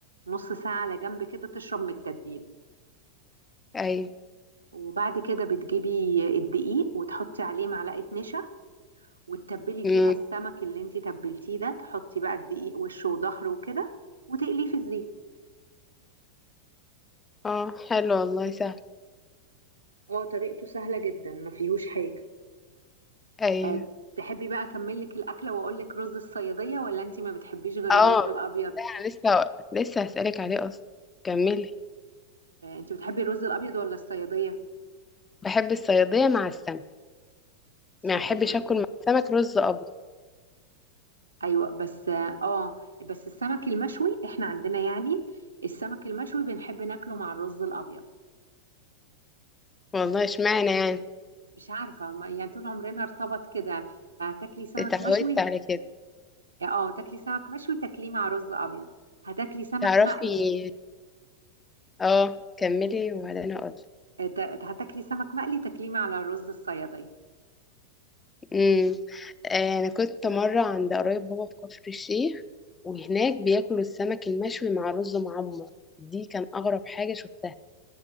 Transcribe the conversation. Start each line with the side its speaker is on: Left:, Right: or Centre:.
Right: نص ساعة على جنب كده تشرب من التتبيلة
Left: ايوه
Right: وبعد كده بتجيبي الدقيق وتحطي عليه معلقة نشا وتتبلي فيها
Left: امم
Right: السمك اللي انتي تبلتيه ده تحطي بقى الدقيق وشه وظهره وكده وتقليه في الزيت
Left: اه حلو والله سهل
Right: اه طريقته سهلة جدا ما فيهوش حاجة
Left: ايوه
Right: آه، تحبي بقى اكمل لك الاكله واقول لك رز الصياديه ولا انت ما بتحبيش غير
Left: اه
Right: الرز الابيض
Left: ده أنا لسه لسه هسألك عليه اصلا كملي
Right: آه، انت بتحبي الرز الابيض ولا الصياديه
Left: بحب الصيادية مع السمك ما
Right: شطوره
Left: احبش اكل مع السمك رز ابيض
Right: ايوه بس اه آه، بس السمك المشوي احنا عندنا يعني السمك المشوي بنحب ناكله مع الرز الابيض
Left: والله اشمعنى يعني
Right: مش عارفة ما يعني طول عمرنا ارتبط كده هتاكلي سمك
Left: اتعودت
Right: مشوي
Left: على كده
Right: اه تاكلي سمك مشوي تاكليه مع رز ابيض هتاكلي سمك
Left: تعرفي
Right: مقلي
Left: اه كملي وبعدين اقول
Right: آه، ت- هتاكلي سمك مقلي تاكليه مع الرز الصيادية
Left: امم آه، انا كنت مره عند قرايب بابا في كفر الشيخ وهناك بياكلوا السمك المشوي مع رز معمر دي كان اغرب حاجه شفتها